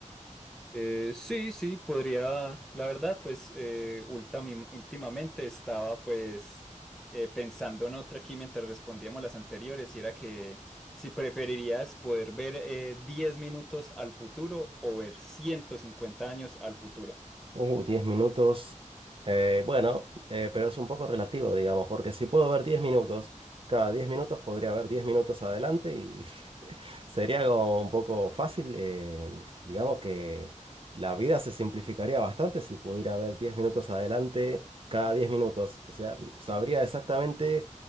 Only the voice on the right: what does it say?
Uh, 10 minutos. eh, bueno, eh, pero es un poco relativo, digamos, porque si puedo ver 10 minutos, cada 10 minutos podría ver 10 minutos adelante y <laughs> sería como un poco fácil. eh, digamos que la vida se simplificaría bastante si pudiera ver 10 minutos adelante cada 10 minutos. O sea, sabría exactamente